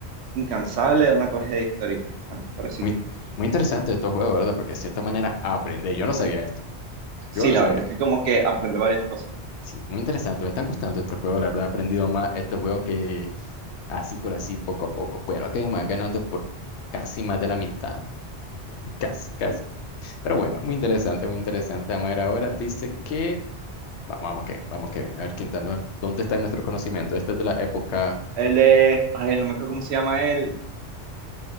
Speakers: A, on the right; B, on the left.
A: incansable de una tragedia histórica. Bueno, pobrecita.
B: Muy, muy interesante estos juegos, ¿verdad? Porque de cierta manera aprendí. Yo no sabía esto.
A: Sí,
B: Yo no
A: la
B: sabía
A: verdad es
B: esto.
A: que como que aprende varias cosas.
B: Sí, muy interesante. Me están gustando estos juegos, la verdad. He aprendido más estos juegos que así por así, poco a poco. Bueno, que me van ganando por casi más de la mitad. Casi, casi. Pero bueno, muy interesante, muy interesante. Vamos a ver ahora. Dice que. Vamos, vamos, que vamos, que ven A ver quién está, nue- dónde está nuestro conocimiento. Este es de la época
A: Él es, ay, no me acuerdo cómo se llama él.